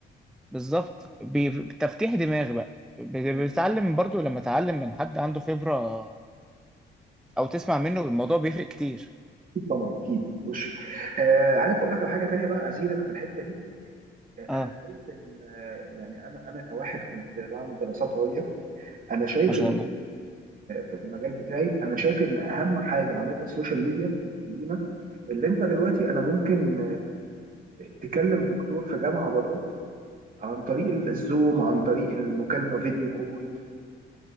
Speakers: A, in the centre; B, on the right (about 45°).
A: بالظبط ب- بتفتيح دماغ بقى ب-
B: اكيد
A: بتتعلم برضو لما تتعلم من حد عنده خبرة او تسمع منه الموضوع بيفرق كتير
B: طبعا اكيد وش آه عارف اقول لك على حاجه تانيه بقى ازيدك في الحته دي انا
A: اه
B: شايف ان يعني انا انا كواحد كنت بعمل دراسات عليا انا شايف
A: ما شاء
B: ان
A: الله
B: في المجال بتاعي انا شايف ان اهم حاجه عملتها السوشيال ميديا لينا اللي انت دلوقتي انا ممكن تكلم دكتور في جامعه بره عن طريق الزوم عن طريق المكالمه فيديو كول